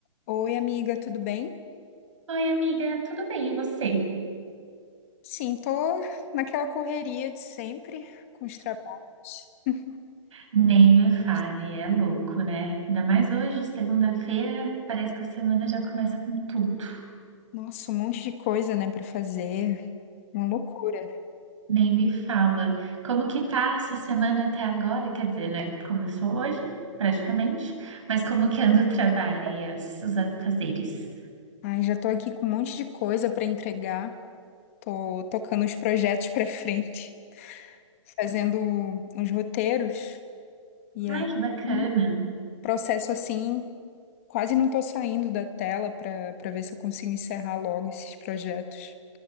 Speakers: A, on the left; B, on the right.
A: Oi, amiga, tudo bem?
B: Oi, amiga, tudo bem? E você?
A: Sim, tô naquela correria de sempre com os trabalhos. <laughs>
B: Nem me fale,
A: Mas tranquilo.
B: é louco, né? Ainda mais hoje, segunda-feira, parece que a semana já começa com tudo.
A: Nossa, um monte de coisa, né, pra fazer. Uma loucura.
B: Nem me fala. Como que tá a sua semana até agora? Quer dizer, né? Começou hoje, praticamente, mas como que anda o trabalho e as- os afazeres?
A: Ai, já tô aqui com um monte de coisa pra entregar. Tô tocando os projetos pra frente, fazendo uns roteiros. E
B: Ai,
A: aí,
B: que bacana.
A: foi um processo assim, quase não tô saindo da tela pra para ver se eu consigo encerrar logo esses projetos.